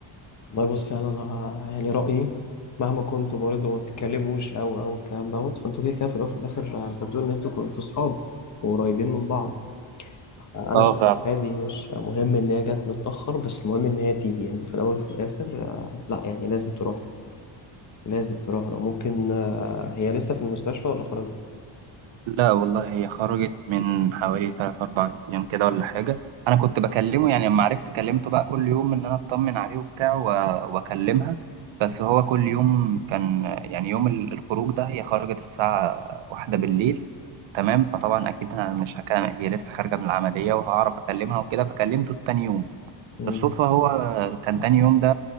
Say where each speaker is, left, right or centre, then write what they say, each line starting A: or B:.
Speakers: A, on the left (about 40°); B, on the right (about 75°).
A: والله بص يعني انا يعني رايي مهما كنتوا برضه ما بتتكلموش او او الكلام دوت فانتوا كده كده في الاول وفي الاخر آه، انت بتقول ان انتوا كنتوا صحاب وقريبين من بعض آه، انا
B: آه
A: شايف
B: فعلا
A: إن هذه مش مهم ان هي جت متاخر بس مهم ان هي تيجي انت في الاول وفي الاخر آه، لا يعني لازم تروح له لازم تروح له ممكن آه، هي لسه في المستشفى ولا خرجت
B: لا والله هي خرجت من حوالي تلات أربع أيام كده ولا حاجة أنا كنت بكلمه يعني لما عرفت كلمته بقى كل يوم إن أنا أطمن عليه وبتاع و- وأكلمها بس هو كل يوم كان يعني يوم ال- الخروج ده هي خرجت الساعة واحدة بالليل تمام فطبعا أكيد أنا مش هكلم هي لسه خارجة من العملية وهعرف أكلمها وكده فكلمته تاني يوم
A: امم
B: بالصدفة هو كان تاني يوم ده